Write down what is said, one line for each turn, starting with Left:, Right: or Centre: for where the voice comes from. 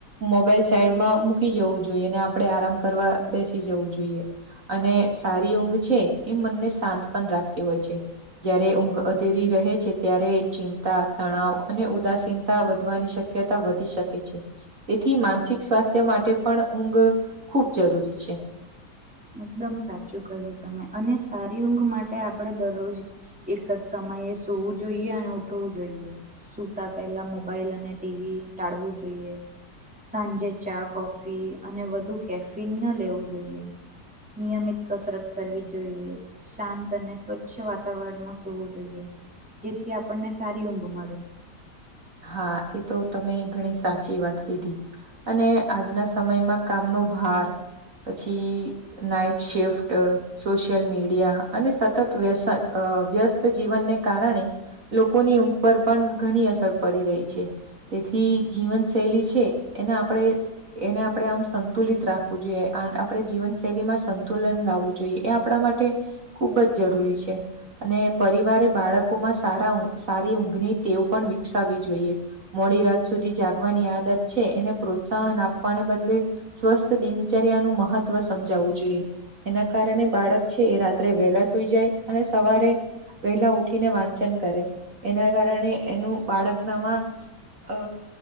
Right: મોબાઈલ સાઈડમાં મૂકી જવું જોઈએ ને આપડે આરામ કરવા બેસી જવું જોઈએ અને સારી ઊંઘ છે એ મનને શાંત પણ રાખતી હોય છે. જયારે ઊંઘ અધેરી રહે છે ત્યારે ચિં તા તણાવ અને ઉદાસીનતા વધવાની શક્યતા વધી શકે છે. તેથી માનસિક સ્વાસ્થ્ય માટે પણ ઊંઘ ખુબ જરૂરી છે
Centre: એકદમ સાચું કહ્યું તમે અને સારી ઊંઘ માટે આપડે દરરોજ એક જ સમયે સૂવું જોઈએ અને ઉઠવું જોઈએ. સુતા પહેલા મોબાઈલ અને ટીવી ટાળવું જોઈએ. સાંજે ચા કોફી અને વધુ કેફિન ન લેવું જોઈએ. નિયમિત કસરત કરવી જોઈએ. શાંત અને સ્વચ્છ વાતાવરણમાં સૂવું જોઈએ. જેથી આપણને સારી ઊંઘ મળે.
Right: હા એ તો તમે ઘણી સાચી વાત કીધી અને આજના સમયમાં કામનો ભાર પછી નાઇટ શિફ્ટ સોશિયલ મીડિયા અને સતત વ્ય વ્યસ્ત જીવનને કારણે લોકોની ઊંઘ પર પણ ઘણી અસર પડી રહી છે. તેથી જીવન શૈલી છે એને આપડે એને આપડે આમ સંતુલિત રાખવું જોઈએ જીવનશૈલીમાં સંતુલન લાવવું જોઈએ એ આપડા માટે ખુબ જ જરૂરી છે. અને પરિવારે બાળકોમાં સારા સારી ઊંઘની ટેવ પણ વિકસાવવી જોઈએ. મોડી રાત સુધી જાગવાની આદત છે એને પ્રોત્સાહન આપવાને બદલે સ્વસ્થ દિનચર્યા નું મહત્વ સમજાવવું જોઈએ. એના કારણે બાળક છે એ રાત્રે વહેલા સુઈ જાય અને સવારે વેલા ઉઠીને વાંચન કરે એના કારણે એનું બાળકનામાં અ